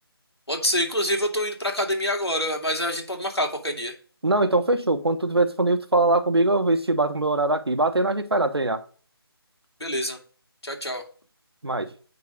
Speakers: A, on the left (about 80°); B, on the right (about 75°).
A: Pode ser, inclusive eu tô indo pra academia agora, mas a gente pode marcar qualquer dia.
B: Não, então fechou. Quando tu estiver disponível, tu fala lá comigo, eu vejo se bate com o meu horário aqui. Batendo, a gente vai lá treinar.
A: Beleza. Tchau, tchau.
B: Mais.